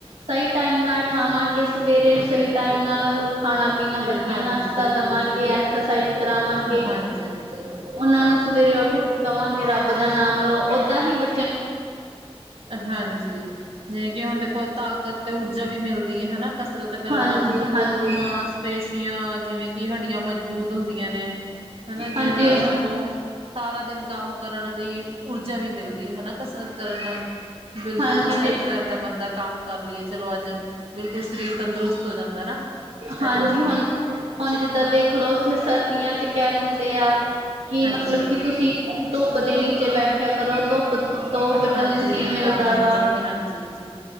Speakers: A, on the right; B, on the right.
A: ਸਹੀ ਟਾਈਮ ਨਾਲ ਉਠਾਵਾਂਗੇ ਸਵੇਰੇ ਸਹੀ ਟਾਈਮ ਨਾਲ ਖਾਣਾ
B: ਜੀ
A: ਪੀਣਾ ਵਧੀਆ
B: ਹਾਂਜੀ
A: ਨਾਸ਼ਤਾ
B: ਬਿਲਕੁਲ
A: ਦਵਾਂਗੇ
B: ਜੀ
A: ਐਕਸਰਸਾਈਜ਼ ਕਰਾਵਾਂਗੇ
B: ਹਾਂਜੀ ਹਾਂਜੀ
A: ਉਹਨਾਂ ਨੂੰ ਸਵੇਰੇ ਉੱਠ ਕੇ ਕਵਾਂਗੇ ਰੱਬ ਦਾ ਨਾਮ ਲਓ ਓਦਾਂ ਹੀ ਬ
B: ਹਾਂਜੀ ਜਿਵੇਂ ਕਿ ਹੁਣ ਦੇਖੋ ਤਾਕਤ ਤੇ ਊਰਜਾ ਵੀ ਮਿਲਦੀ ਹੈ ਹੈਨਾ ਕਸਰਤ ਕਰਨ
A: ਹਾਂਜੀ
B: ਨਾਲ ਹੈਣਾ
A: ਹਾਂਜੀ
B: ਮਾਸਪੇਸ਼ੀਆਂ ਜਿਵੇਂ ਕਿ ਹੱਡੀਆਂ ਮਜ਼ਬੂਤ ਹੁੰਦੀਆਂ ਨੇ ਹੈਣਾ ਜਿਦੇ
A: ਹਾਂਜੀ।
B: ਨਾਲ ਤਾਨੂੰ ਸਾਰਾ ਦਿਨ ਕੰਮ ਕਰਨ ਦੀ ਊਰਜਾ ਵੀ ਮਿਲਦੀ ਹੈਨਾ ਕਸਰਤ ਕਰਨ ਨਾਲ ਬਿਲਕੁਲ
A: ਹਾਂਜੀ
B: ਪਰਫੈਕਟ
A: ਜੀ
B: ਰਹਿੰਦਾ ਬੰਦਾ ਕੰਮ ਕਰ ਲਈਏ ਚਲੋ ਅੱਜ ਬਿਲਕੁਲ ਸਰੀਰ ਤੰਦਰੁਸਤ ਹੋ ਜਾਂਦਾ ਨਾ ਇਹਦੇ
A: ਹਾਂਜੀ
B: ਨਾਲ
A: ਹੁਣ -ਹੁਣ ਜਿੱਦਾਂ ਦੇਖਲਓ ਅਸੀਂ ਸਰਦੀਆਂ ਚ ਕਹਿ ਦਿੰਦੇ ਆ ਕਿ
B: ਹਾਂਜੀ
A: ਮਤਲਬ ਕਿ ਤੁਸੀਂ ਧੁੱਪ ਦੇ ਨੀਚੇ ਬੈਠਿਆ ਕਰੋ ਧੁੱਪ ਤੋਂ ਵਿਟਾਮਿਨ
B: ਹਾਂਜੀ
A: ਸੀ
B: ਵਿਟਾਮਿਨ
A: ਮਿਲਦਾ ਵਾ
B: ਸੀ ਹਾਂਜੀ ਹਾਂਜੀ।